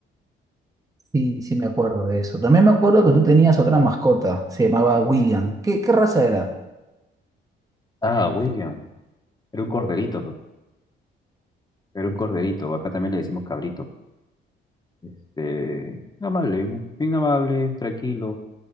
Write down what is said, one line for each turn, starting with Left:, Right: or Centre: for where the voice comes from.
Right: Sí, sí, me acuerdo de eso. También me acuerdo que tú tenías otra mascota, se llamaba William. ¿Qué, qué raza era?
Left: Ah, William. Era un corderito, pe. era un corderito. Acá también le decimos cabrito. Este, amable, bien amable, tranquilo.